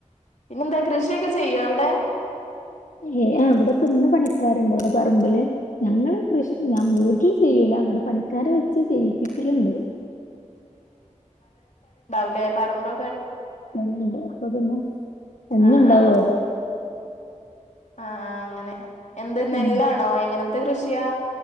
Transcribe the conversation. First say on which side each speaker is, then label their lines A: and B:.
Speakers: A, on the left; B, on the left.
A: പിന്നെ എന്താ കൃഷിയൊക്കെ ചെയ്യോ അവിടെ
B: ഏ ആ ഇവിടപ്പ ഇന്ന് പണിക്കാരുണ്ട് ഇവിടെ പറമ്പില് ഞങ്ങള് കൃഷി ഞാൻ വീട്ടിൽ ചെയ്യൂല അവിടെ പണിക്കാ അവരെ വെച്ച് ചെയ്യിപ്പിക്കലുണ്ട്
A: അല്ലേ പറമ്പ്
B: ണ്ട് അപ്പൊ പിന്നെ എന്നുണ്ടാവും
A: ആ ആ
B: ഓരോ
A: ആ ആ അങ്ങനെ എന്ത് നെല്ലാണോ
B: ഉം
A: എങ്ങനത്തെ കൃഷിയാ